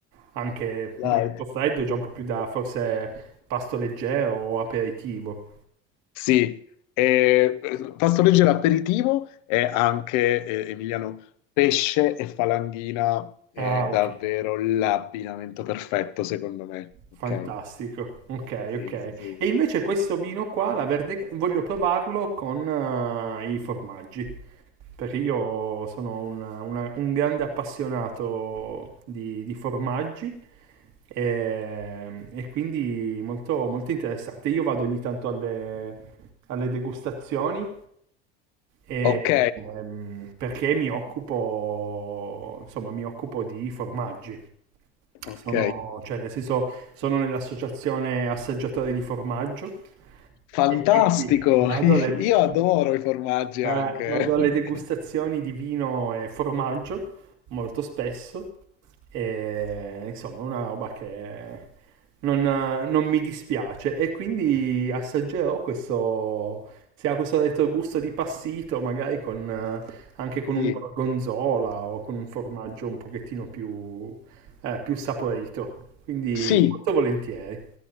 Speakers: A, on the right; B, on the left.
A: anche
B: Light.
A: bevuto freddo, è già un po' più da forse pasto leggero o aperitivo.
B: Sì, eh, pasto leggero aperitivo è anche eh, Emiliano pesce e falanghina è
A: Ah,
B: davvero
A: ok.
B: l'abbinamento perfetto secondo me.
A: Fantastico,
B: Ok?
A: ok,
B: Sì,
A: ok.
B: sì, sì.
A: E invece questo vino qua, la verde, voglio provarlo con eh, i formaggi, perché io sono una- una- un grande appassionato di, di formaggi e, e quindi molto, molto interessante. Io vado ogni tanto alle, alle degustazioni e,
B: Ok,
A: ehm, perché mi occupo, insomma, mi occupo di formaggi.
B: ok.
A: Sono, cioè, nel senso, sono nell'associazione assaggiatori di formaggio
B: Fantastico,
A: e quindi vado
B: <laughs> io
A: alle,
B: adoro i formaggi
A: eh,
B: anche.
A: vado alle
B: <laughs>
A: degustazioni di vino e formaggio molto spesso. E, insomma, una roba che non, non mi dispiace. E quindi assaggerò questo. Se ha questo retrogusto di passito, magari con, eh, anche con
B: Sì,
A: un gorgonzola o con un formaggio un pochettino più, eh, più saporito. Quindi
B: sì,
A: molto volentieri.